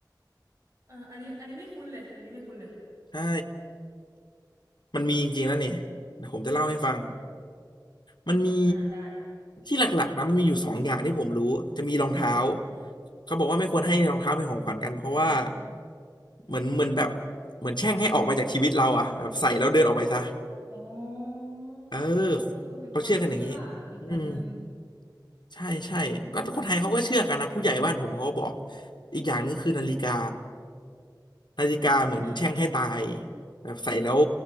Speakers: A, on the right; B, on the left.
A: เอออันนี้อันนี้ไม่คุ้นเลยอันนี้ไม่คุ้นเลย
B: ใช่มันมีจริงๆแล้วเนี่ยเดี๋ยวผมจะเล่าให้ฟังมันมี
A: อ่าได้
B: ที่หลักๆนะมันมีอยู่สองอย่างที่ผมรู้จะมีรองเท้าเขาบอกว่าไม่ควรให้รองเท้าเป็นของขวัญกันเพราะว่า
A: อืม
B: เหมือนเหมือนแบบเหมือนแช่งให้ออกไปจากชีวิตเราอ่ะแบบใส่แล้วเดินออกไปซะ
A: อ๋อ
B: เออ
A: อ๋อก็คือเป็นความเชื่ออีกแบบหนึ่ง
B: เขาเชื่อกันอย่างนี้อืม ใช่ใช่ก็คนไทยเขาก็เชื่อกันนะผู้ใหญ่บ้านผมเขาก็บอก
A: อืม
B: อีกอย่างหนึงคือนาฬิกานาฬิกาเหมือนแช่งให้ตาย
A: อ่า
B: แบบใส่แล้ว